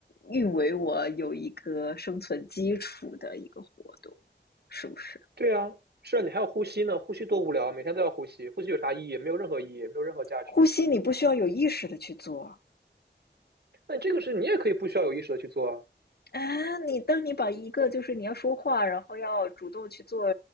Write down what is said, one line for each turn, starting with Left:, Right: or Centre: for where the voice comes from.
Left: 运维我有一个生存基础的一个活动，是不是？
Right: 对啊，是啊，你还要呼吸呢，呼吸多无聊啊，每天都要呼吸，呼吸有啥意义？没有任何意义，没有任何价值。
Left: 呼吸你不需要有意识的去做，
Right: 那这个事你也可以不需要有意识的去做啊。
Left: 啊，你当你把一个就是你要说话，然后要主动去做，